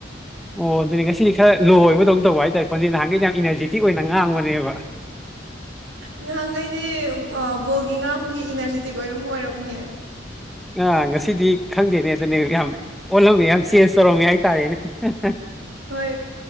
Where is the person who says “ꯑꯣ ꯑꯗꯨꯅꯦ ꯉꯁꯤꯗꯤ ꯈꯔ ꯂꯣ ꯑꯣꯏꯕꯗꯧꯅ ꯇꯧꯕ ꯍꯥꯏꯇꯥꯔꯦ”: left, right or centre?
Centre